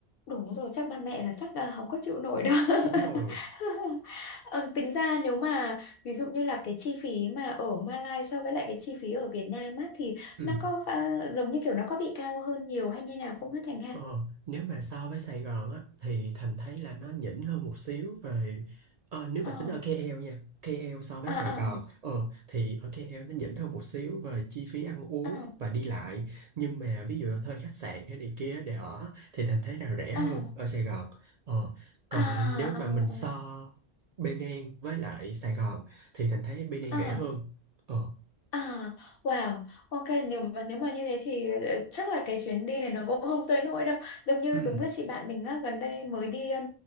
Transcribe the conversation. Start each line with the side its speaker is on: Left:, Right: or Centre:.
Left: Đúng rồi, chắc ba mẹ là chắc là không có chịu nổi đâu.
Right: đúng rồi
Left: <laughs> Ờ, tính ra nếu mà ví dụ như là cái chi phí mà ở Malaysia so với lại cái chi phí ở Việt Nam á thì
Right: ừ.
Left: nó có à, giống như kiểu nó có bị cao hơn nhiều hay như nào không hả Thành ha?
Right: Ờ, nếu mà so với Sài Gòn á thì Thành thấy là nó nhỉnh hơn một xíu về ờ, nếu
Left: Ờ,
Right: mà tính ở KL nha KL so với
Left: à,
Right: Sài Gòn
Left: à,
Right: ờ, thì ở KL nó nhỉnh hơn một xíu về chi phí ăn uống
Left: à,
Right: và đi lại nhưng mà ví dụ là thuê khách sạn hay này kia để ở thì Thành thấy là rẻ hơn
Left: à,
Right: ở Sài Gòn ờ, còn
Left: à, à,
Right: nếu mà
Left: à,
Right: mình so
Left: à,
Right: Bên An với lại Sài Gòn thì Thành thấy Bên An
Left: à.
Right: rẻ hơn ờ,
Left: À, wow, ok nếu mà nếu mà như thế thì ờ, chắc là cái chuyến đi này nó cũng không tới nỗi đâu. Giống như
Right: ừ,
Left: đúng là chị bạn mình á, gần đây mới đi um,